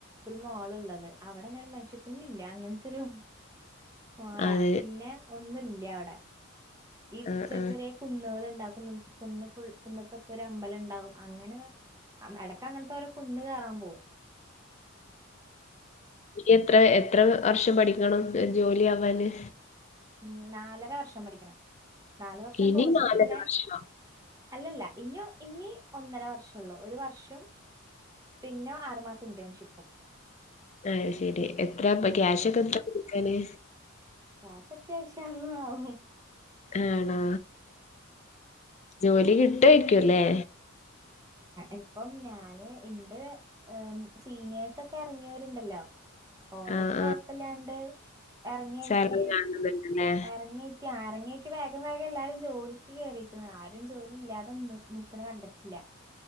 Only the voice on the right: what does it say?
ഒരു മോൾ ഉള്ളത് അവിടെന്നെ ഒരു മനുഷിക്കുന്ന ഇില്ല അങ്ങനത്തെരു മളാ
പിന്നെ ഒന്നുംല്ല അവിടെ ഈ
ചെറിയ
ചെറിയ കുന്നുകൾുണ്ട് ഫു കുന്നത്തൊക്കെ ഒരു അമ്പലം ഉണ്ടാവും അങ്ങനെ ഇടക്ക അങ്ങനത്തെ ഒരുര കൊന്ന് കേയറാൻ പോകും
ഉ നാലര വർഷം പഠിക്കണം നാല വർഷം
കോഴ്സും
പിന്നെ
അല്ലല്ല ഇനി ഇനി ഒന്നര വർഷംള്ളൂ ഒരു വർഷം പിന്നെ ആറുമാസം ഇന്റേൺഷിപ്പും
ക്യാഷൊക്കെ ആത്യാവശ്യം ആവും
ഇപ്പം ഞാന് ഇന്റെ സീനിയേഴ്സ്ക്കെ ഇറങ്ങിയവരുണ്ടല്ലോ ഓരൊക്കെ
കൊഴപ്പില്ലാണ്ട് ഇറങ്ങിയക്ക്
ഇറങ്ങിയക്ക് ആ ഇറങ്ങിയക്ക് വേഗം വേഗം എല്ലാരും ജോലിക്ക് കേറിരിക്കുന്ന ആരും ജോലി ഇല്ലാതെ നിക്കുന്നത് കണ്ടിട്ടില്ല